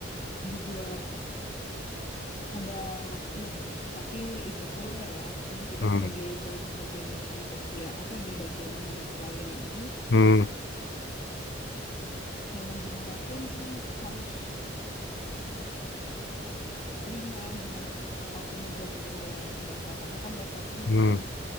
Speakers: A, on the left; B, on the left.
A: juga ada ya tapi itu pula ya kan kita
B: hmm,
A: sebagai ba- bagian di sosial apa di bagian pelayanan ini
B: hmm,
A: memang gimana pun harus terima gimana pun apapun yang dilakukan oleh mereka karena kan mereka pun
B: hmm,